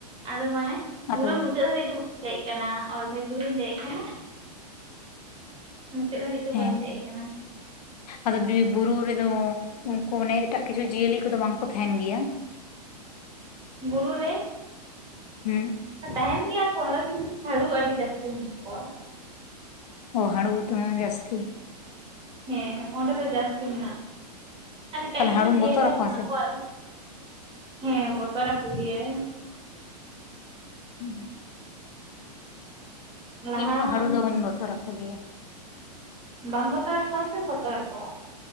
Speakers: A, on the right; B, on the left.
A: ᱟᱫᱚ ᱢᱟᱱᱮ ᱯᱩᱨᱟᱹ
B: ᱟᱫᱚ
A: ᱢᱩᱪᱟᱹᱫ ᱫᱷᱟᱹᱨᱤᱡ ᱫᱮᱡ ᱟᱠᱟᱱᱟ ᱚᱨᱫᱷᱮᱠ ᱫᱩᱨᱤᱧ ᱫᱮᱡ ᱟᱠᱟᱱᱟ᱾ ᱢᱩᱪᱟᱹᱫ ᱦᱟᱹᱨᱤᱡ ᱫᱚ
B: ᱦᱮᱸ
A: ᱵᱟᱹᱧ ᱫᱮᱡ ᱟᱠᱟᱱᱟ
B: ᱟᱫᱚ ᱵᱤᱨ ᱵᱩᱨᱩ ᱨᱮᱫᱚ ᱩᱱᱠᱩ ᱚᱱᱮ ᱮᱴᱟᱜ ᱠᱤᱪᱷᱩ ᱡᱤᱭᱟᱹᱞᱤ ᱠᱚᱫᱚ ᱵᱟᱝᱠᱚ ᱛᱟᱦᱮᱱ ᱜᱮᱭᱟ᱾
A: ᱵᱩᱨᱩ ᱨᱮ
B: ᱦᱩᱸ
A: ᱛᱟᱦᱮᱱ ᱜᱮᱭᱟ ᱠᱚ ᱟᱫᱚ ᱠᱤᱱᱛᱩ ᱦᱟᱹᱲᱩ ᱟᱹᱰᱤ ᱡᱟᱹᱥᱛᱤ ᱢᱮᱱᱟᱜ ᱠᱚᱣᱟ
B: ᱚᱻ ᱦᱟᱲᱩ ᱵᱩᱴᱟᱹ ᱢᱮᱱᱟᱜ-ᱟ ᱡᱟᱥᱛᱤ
A: ᱦᱮᱸ ᱚᱸᱰᱮ ᱫᱚ ᱡᱟᱹᱥᱛᱤ ᱢᱮᱱᱟᱜ ᱠᱚᱣᱟ ᱟᱨ ᱮᱴᱟᱜ
B: ᱛᱟᱦᱚᱞᱮ
A: ᱠᱤᱪᱷᱩ
B: ᱦᱟᱹᱲᱩᱢ
A: ᱡᱤᱭᱟᱹᱞᱤ
B: ᱵᱚᱛᱚᱨ
A: ᱦᱚ
B: ᱟᱠᱚᱣᱟ
A: ᱢᱮᱱᱟᱜ
B: ᱥᱮ ᱵᱟᱝ
A: ᱠᱚᱣᱟ ᱦᱮᱸ ᱵᱚᱛᱚᱨ ᱟᱠᱚ ᱜᱮᱣᱟᱹᱧ
B: ᱦᱩᱸ ᱦᱩᱸ
A: ᱞᱟᱦᱟ
B: ᱤᱧ ᱦᱚᱸ
A: ᱦᱚᱢ
B: ᱦᱟᱹᱲᱩ ᱫᱚᱧ ᱵᱚᱛᱚᱨ ᱟᱠᱚ ᱜᱮᱭᱟ
A: ᱵᱟᱢ ᱵᱚᱛᱚᱨ ᱟᱠ ᱠᱚᱣᱟ ᱥᱮᱢ ᱵᱚᱛᱚᱨ ᱟᱠ ᱠᱚᱣᱟ